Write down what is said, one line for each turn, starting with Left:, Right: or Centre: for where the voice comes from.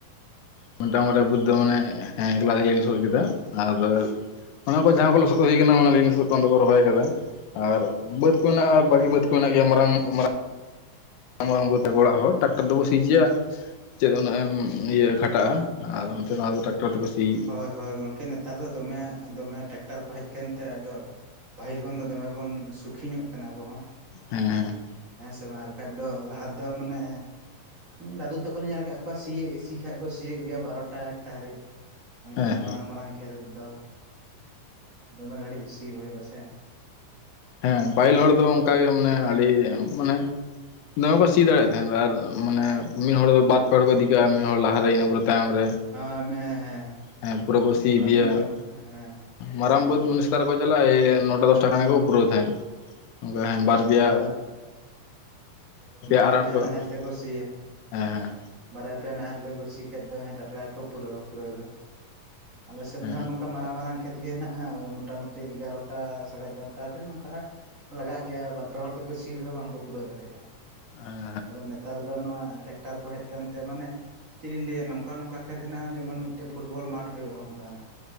Left: ᱢᱚᱴᱟᱝ ᱵᱟᱨᱭᱟ ᱵᱟᱹᱫ
Right: ᱦᱳᱭ
Left: ᱫᱚ ᱢᱟᱱᱮ ᱦᱮᱸ ᱮᱠᱞᱟ ᱛᱮᱜᱮᱞᱤᱧ ᱞᱚᱥᱚᱫ ᱠᱮᱫᱟ ᱟᱫᱚ ᱚᱱᱟ ᱠᱚ ᱡᱟᱦᱟᱸ ᱠᱚ ᱞᱚᱥᱚᱫ ᱦᱩᱭ ᱠᱟᱱᱟ ᱚᱱᱟ ᱞᱤᱧ ᱞᱚᱥᱚᱫ ᱵᱟᱝ ᱫᱚᱠᱚ ᱨᱚᱦᱚᱭ ᱟᱠᱟᱫᱟ᱾ ᱟᱨ ᱵᱟᱹᱫ ᱠᱚ ᱢᱮᱱᱟᱜᱼᱟ, ᱵᱟᱹᱞᱤ ᱵᱟᱹᱫᱽ ᱠᱚ ᱢᱮᱱᱟᱜ ᱜᱮᱭᱟ ᱢᱟᱨᱟᱝ ᱢᱟᱨᱟᱝ᱾ ᱢᱟᱨᱢᱵᱟ ᱛᱟᱠᱚ ᱚᱲᱟᱜ ᱦᱚᱲ ᱴᱨᱟᱠᱴᱟᱨ ᱫᱚᱠᱚ ᱥᱤᱜᱮᱭᱟ᱾ ᱪᱮᱫ ᱩᱱᱟᱹᱜ ᱮᱢ ᱤᱭᱟᱹ ᱠᱷᱟᱴᱟᱜᱼᱟ ᱟᱨ ᱱᱚᱛᱮ ᱫᱚ ᱟᱫᱚ ᱴᱨᱟᱠᱴᱚᱨ ᱛᱮᱠᱚ ᱥᱤᱭ
Right: ᱦᱳᱭ ᱦᱳᱭ ᱜᱚᱝᱠᱮ ᱱᱮᱛᱟᱨ ᱫᱚ ᱫᱚᱢᱮ ᱫᱚᱢᱮ ᱴᱮᱠᱴᱟᱨ ᱠᱚ ᱦᱮᱡ ᱟᱠᱟᱱᱛᱮ ᱟᱫᱚ ᱯᱟᱦᱤᱞ ᱠᱷᱚᱱ ᱫᱚ ᱫᱚᱢᱮ ᱵᱚᱱ ᱥᱩᱠᱷᱤᱧᱚᱜ ᱠᱟᱱᱟ ᱟᱵᱚ ᱦᱚᱸ᱾
Left: ᱦᱮᱸ ᱦᱮᱸ᱾
Right: ᱦᱮᱸ ᱥᱮ ᱵᱟᱝ ᱟᱨ ᱵᱟᱠᱷᱟᱡ ᱫᱚ ᱞᱟᱦᱟᱛᱮᱫᱚ ᱢᱟᱱᱮ ᱫᱟᱫᱩ ᱛᱟᱠᱚᱞᱮ ᱧᱮᱞ ᱟᱠᱟᱫ ᱠᱚᱣᱟ ᱥᱤᱭᱮ ᱥᱤ ᱠᱷᱟᱡ ᱠᱚ ᱥᱤᱭᱮᱫ ᱜᱮᱭᱟ ᱵᱟᱨᱚᱴᱟ ᱮᱠᱴᱟ ᱦᱟᱨᱤᱡ᱾ ᱚᱱᱠᱟ
Left: ᱦᱮᱸ ᱦᱮᱸ
Right: ᱢᱟᱨᱟᱝ ᱢᱟᱨᱟᱝ ᱠᱷᱮᱛ ᱨᱮ ᱫᱚ ᱫᱚᱢᱮ ᱜᱷᱟᱹᱲᱤᱡ ᱥᱤ ᱦᱩᱭᱩᱜᱼᱟ ᱥᱮ᱾
Left: ᱦᱮᱸ ᱯᱟᱹᱦᱤᱞ ᱦᱚᱲ ᱫᱚ ᱚᱱᱠᱟᱜᱮ ᱢᱟᱱᱮ ᱟᱹᱰᱤ ᱢᱟᱱᱮ ᱫᱚᱢᱮ ᱠᱚ ᱥᱤ ᱫᱟᱲᱮᱜ ᱛᱟᱦᱮᱫ ᱟᱨ ᱢᱟᱱᱮ ᱢᱤᱫ ᱦᱚᱲ ᱫᱚ ᱵᱟᱨ ᱯᱮ ᱦᱚᱲ ᱠᱚ ᱤᱫᱤ ᱠᱟᱜᱼᱟ ᱢᱤᱫ ᱦᱚᱲ ᱞᱟᱦᱟᱨᱮ ᱤᱱᱟᱹ ᱯᱚᱨᱮ ᱛᱟᱭᱚᱢ ᱨᱮ
Right: ᱦᱟᱢ ᱦᱮᱸ ᱦᱮᱸ
Left: ᱦᱮᱸ ᱯᱩᱨᱟᱹ ᱠᱚ
Right: ᱱᱚᱝᱠᱟ
Left: ᱥᱤ ᱤᱫᱤᱭᱟ
Right: ᱢᱤᱫ ᱦᱚᱲ ᱦᱮᱸ᱾
Left: ᱢᱟᱨᱟᱝ ᱵᱟᱹᱫ ᱢᱩᱱᱤᱥ ᱥᱮᱛᱟ ᱨᱮᱠᱚ ᱪᱟᱞᱟᱜᱼᱟ ᱮᱭ ᱱᱚᱴᱟ ᱫᱚᱥᱴᱟ ᱠᱷᱟᱱ ᱜᱮᱠᱚ ᱯᱩᱨᱟᱹᱣ ᱛᱟᱦᱮᱫ᱾ ᱚᱱᱠᱟ ᱦᱮ ᱵᱟᱨ
Right: ᱦᱮᱸ
Left: ᱯᱮᱭᱟ᱾
Right: ᱟᱫᱚ ᱵᱟᱨᱭᱟ
Left: ᱟᱨᱟᱬ
Right: ᱯᱮᱭᱟ
Left: ᱠᱚ
Right: ᱱᱟᱦᱮᱞ
Left: ᱦᱮᱸ
Right: ᱛᱮᱠᱚ ᱥᱤᱭᱟ᱾
Left: ᱦᱮᱸ
Right: ᱵᱟᱨᱭᱟ ᱯᱮᱭᱟ ᱱᱟᱦᱮᱞ ᱛᱮᱠᱚ ᱥᱤ ᱠᱷᱟᱡ ᱫᱚ ᱦᱮᱸ ᱴᱟᱴᱠᱟ ᱜᱮᱠᱚ ᱯᱩᱨᱟᱹᱣᱟ ᱯᱩᱨᱟᱹᱣ ᱫᱚ᱾ ᱟᱞᱮᱥᱮᱱ
Left: ᱦᱮᱸ
Right: ᱫᱚ ᱦᱟ ᱱᱚᱝᱠᱟ ᱢᱟᱨᱟᱝ ᱢᱟᱨᱟᱝ ᱠᱷᱮᱛ ᱜᱮ ᱦᱮᱱᱟᱜᱼᱟ ᱳᱭ ᱢᱚᱴᱟᱢᱩᱴᱤ ᱮᱜᱟᱨᱚᱴᱟ ᱥᱟᱲᱮ ᱮᱜᱟᱨᱚᱴᱟ ᱨᱮ ᱚᱱᱠᱟ ᱞᱟᱜᱟᱜ ᱜᱮᱭᱟ ᱵᱟᱨ ᱯᱮ ᱦᱚᱲ ᱛᱮᱠᱚ ᱥᱤ ᱨᱮᱦᱚ ᱵᱟᱝᱠᱚ ᱯᱩᱨᱟᱹᱣ ᱫᱟᱲᱮᱜᱼᱟ᱾
Left: ᱦᱮᱸ
Right: ᱟᱫᱚ ᱱᱮᱛᱟᱨ ᱫᱚ ᱱᱚᱣᱟ ᱴᱮᱠᱴᱟᱨ ᱠᱚ ᱦᱮᱡ ᱟᱠᱟᱱᱛᱮ ᱢᱟᱱᱮ ᱪᱮᱫ ᱤᱧ ᱞᱟᱹᱭᱟ ᱱᱚᱝᱠᱟ ᱱᱚᱝᱠᱟ ᱠᱷᱮᱛ ᱦᱮᱱᱟᱜᱼᱟ ᱡᱮᱢᱚᱱ ᱢᱤᱫᱴᱮᱡ ᱯᱷᱩᱴᱵᱚᱞ ᱢᱟᱴᱷ ᱦᱩᱭᱩᱜᱼᱟ ᱚᱱᱠᱟᱱᱟᱜ᱾